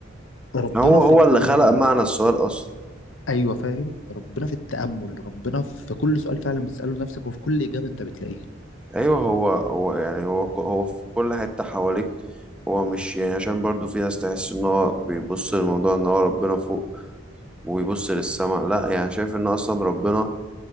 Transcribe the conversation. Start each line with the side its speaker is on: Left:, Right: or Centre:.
Left: ربنا
Centre: هو
Left: في
Centre: هو
Left: التأمل
Centre: اللي خلق معنى السؤال أصلا
Left: ايوه فاهم ربنا في التأمل ربنا في كل سؤال فعلا بتسأله لنفسك وفي كل إجابة انت بتلاقيها
Centre: ايوه هو هو يعني هو ك- هو في كل حته حواليك هو مش يعني عشان برضو في ناس تحس ان هو بيبص للموضوع ان هو ربنا فوق ويبص للسماء لا يعني شايف ان اصلا ربنا